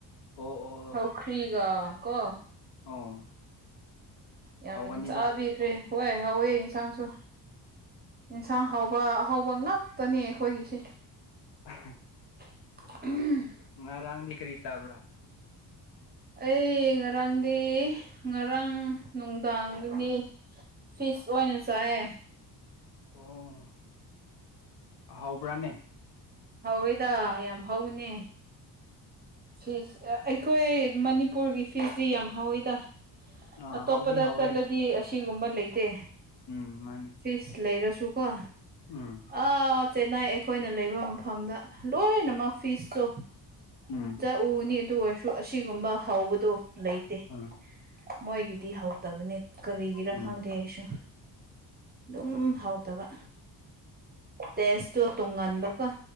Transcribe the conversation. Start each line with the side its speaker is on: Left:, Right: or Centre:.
Left: ꯑꯣ ꯑꯣ ꯑꯣ
Right: ꯁꯧꯈꯔꯤꯒ ꯀꯣ
Left: ꯑꯣ
Right: ꯌꯥꯝ
Left: ꯍꯥꯎꯒꯅꯤꯗ
Right: ꯆꯥꯕꯤꯈ꯭ꯔꯦ ꯍꯣꯏ ꯍꯥꯎꯋꯦ ꯏꯟꯁꯥꯡꯁꯨ ꯑꯦꯟꯁꯥꯡ ꯍꯥꯎꯕ ꯑꯍꯥꯎꯕ ꯉꯥꯛꯇꯅꯦ ꯑꯈꯣꯏꯒꯤꯁꯦ
Left: <unintelligible>
Right: <unintelligible>
Left: ꯉꯔꯥꯡꯗꯤ ꯀꯔꯤ ꯆꯥꯕ꯭ꯔꯥ
Right: ꯑꯩ ꯉꯔꯥꯡꯗꯤ ꯉꯔꯥꯡ ꯅꯨꯡꯗꯥꯡꯗꯒꯤ ꯐꯤꯁ ꯑꯣꯏꯅ ꯆꯥꯏ
Left: ꯑꯣ ꯍꯥꯎꯕ꯭ꯔꯥꯅꯦ
Right: ꯍꯧꯋꯦꯗ ꯌꯥꯝ ꯍꯧꯕꯅꯦ ꯐꯤꯁ ꯑꯩꯈꯣꯏ ꯃꯅꯤꯄꯨꯔꯒꯤ ꯐꯤꯁꯁꯤ ꯌꯥꯝ ꯍꯧꯋꯤꯗ
Left: ꯑꯥ
Right: ꯑꯇꯣꯞꯄꯗ
Left: ꯍꯥꯎꯗꯤ ꯍꯥꯎꯋꯦ
Right: ꯆꯠꯂꯗꯤ ꯑꯁꯤ ꯁꯤꯒꯨꯝꯕ ꯂꯩ ꯇꯦ
Left: ꯎꯝ ꯃꯥꯅꯤ
Right: ꯐꯤꯁ ꯂꯩꯔꯁꯨ ꯁꯨꯀꯣ
Left: ꯎꯝ
Right: ꯑ ꯆꯦꯟꯅꯥꯏ ꯑꯦꯛꯁ ꯑꯈꯣꯏꯅ ꯂꯩꯕ ꯃꯐꯝꯗ ꯂꯣꯏꯅꯃꯛ ꯐꯤꯁꯇꯣ
Left: ꯎꯝ
Right: ꯎꯅꯤ ꯑꯗꯨ ꯑꯣꯏꯔꯁꯨ ꯑꯁꯤꯒꯨꯝꯕ ꯍꯥꯎꯕꯗꯣ ꯂꯩꯇꯦ
Left: ꯎꯝ
Right: ꯃꯣꯏꯒꯤꯗꯤ ꯍꯥꯎꯇꯕꯅꯦ ꯀꯔꯤꯒꯤꯔ
Left: ꯎꯝ
Right: ꯈꯪꯗꯦ ꯑꯩꯁꯨ ꯑꯗꯨꯝ ꯍꯥꯎ ꯇꯕ ꯇꯦꯁꯇꯣ ꯇꯨꯡꯉꯟꯥꯟꯕꯀ